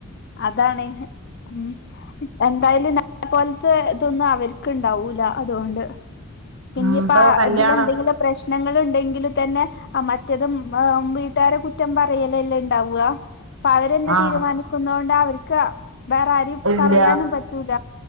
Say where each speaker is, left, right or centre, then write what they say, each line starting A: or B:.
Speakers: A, on the left; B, on the right.
A: അതാണ് ഉം എന്തായാലും നമ്മളെ പോലത്തെ ഇതൊന്നും അവർക്ക് ഇണ്ടാവൂല അതുകൊണ്ട് പിന്നയിപ്പ
B: ഉം ഇപ്പൊ കല്യാണം
A: ഇതില് എന്തെങ്കിലും പ്രശ്നങ്ങൾ ഉണ്ടെങ്കിൽ തന്നെ ആ മറ്റേതും വീട്ടുകാരെ കുറ്റം പറയലല്ലേ ഇണ്ടാവ ഇപ്പ അവരെന്നെ
B: ആ
A: തീരുമാനിക്കുന്ന കൊണ്ട് അവർക്ക് വേറെ ആരെയും
B: ഇല്ല
A: പറയാനും പറ്റൂല